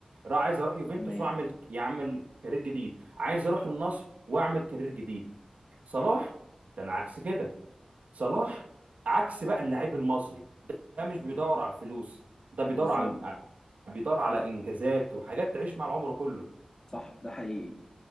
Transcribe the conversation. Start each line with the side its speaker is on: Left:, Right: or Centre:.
Right: راح عايز اروح يوفنتوس
Left: تمام
Right: واعمل يعمل كارير جديد عايز اروح النصر واعمل كارير جديد صلاح كان عكس كده صلاح عكس بقى اللاعب المصري ده ده مش بيدور على الفلوس ده بيدور
Left: بالظبط
Right: على بيدور على انجازات وحاجات تعيش مع العمر كله
Left: صح ده حقيقي